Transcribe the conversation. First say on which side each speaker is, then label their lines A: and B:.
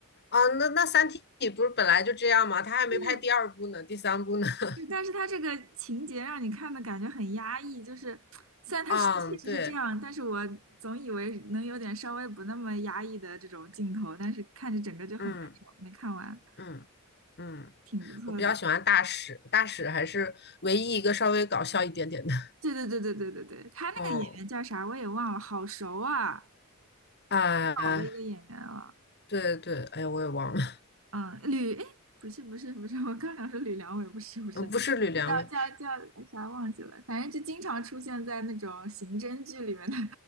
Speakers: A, on the left (about 50°); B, on the right (about 75°).
A: 啊，那那《三体》不是本来就这样吗？他还没拍第二部呢，
B: 就是
A: 第三部呢。<laughs>
B: 就，但是它这个情节让你看的感觉很压抑，就是虽然它是确实是这样，
A: 嗯，对，
B: 但是我总以为能有点稍微不那么压抑的这种镜头，但是看着整个就很难受，
A: 嗯
B: 没看完，
A: 嗯嗯，
B: 挺不错的。
A: 我比较喜欢大使，大使还是唯一一个稍微搞笑一点点的。
B: 对对对对对对对，他那个演员叫啥我也忘了，
A: 哦，
B: 好熟啊，
A: 啊、
B: 老的一个演员了。
A: 对对，哎呀，我也忘了，
B: 嗯，吕，哎，不是不是不是，我刚想说吕良伟，不是不是，
A: 呃不是吕良伟。
B: 叫叫叫啥忘记了，反正就经常出现在那种刑侦剧里面的，